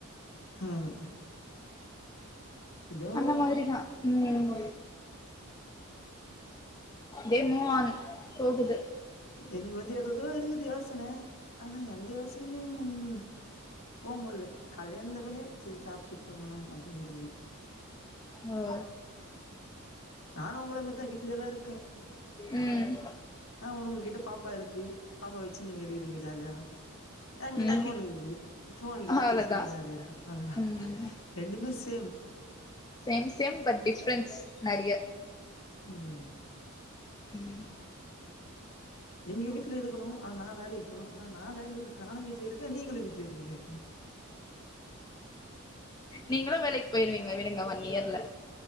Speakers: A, on the left; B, on the left.
A: ம் ஏதோ
B: அந்த
A: ஒண்ணு
B: மாதிரிதா உம் தே மூவ் ஆன் போகுது
A: எனக்கு வந்து எதோதோ இருக்குது யோசன ஆனா எந்த யோசனையுமே ம் போ முடில கால எழுந்தவுனே சேரி சாப்பிட்டு தூங்கணு <unintelligible>
B: ஓ
A: நானு உங்களா மாரித வீட்டு்லயேதா இருக்க
B: ம்
A: என்ன ஒன்னு உங்க கிட்ட பாப்பா இருக்கு பாப்பா வச்சு நீங்க இருக்கிறீங்க ஜாலியா என் கிட்ட
B: ம்
A: போன் இருக்குது போனு கிட்ட
B: அவ்ளோதா
A: பேசுனு ஜாலியா இருக்க அவ்ளோதா
B: ம்
A: ரெண்டுமே same
B: same same but difference நறைய
A: உம்
B: உம்
A: நீங்க வீட்டுல இருக்கணு ஆனா நா வேலைக்கு போணு ஆனா நா வேல நானு வீட்ல இருக்க நீங்களு வீட்ல இருக்கீங்க
B: நீங்களு வேலைக்கு போயிருவீங் விடுங்க ஒன் இயர்ல